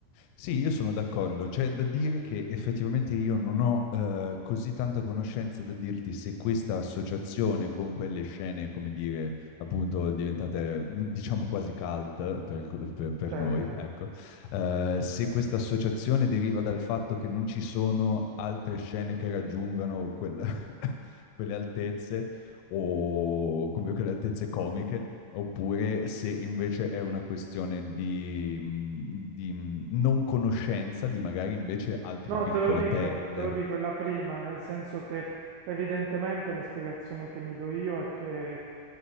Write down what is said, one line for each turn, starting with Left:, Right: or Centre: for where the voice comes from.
Left: Sì, io sono d'accordo. C'è da dire che effettivamente io non ho eh, così tanta conoscenza da dirti se questa associazione con quelle scene, come dire, appunto diventate mh, diciamo quasi cult per, per- per
Right: certo.
Left: noi, ecco, eh, se questa associazione deriva dal fatto che non ci sono altre scene che raggiungano quel- <laughs> quelle altezze o come quelle altezze comiche oppure se invece è una questione di, mh, di, mh, non conoscenza di magari invece altre
Right: No,
Left: piccole
Right: te lo dico,
Left: perle.
Right: te lo dico, è la prima, nel senso che evidentemente la spiegazione che mi do io è che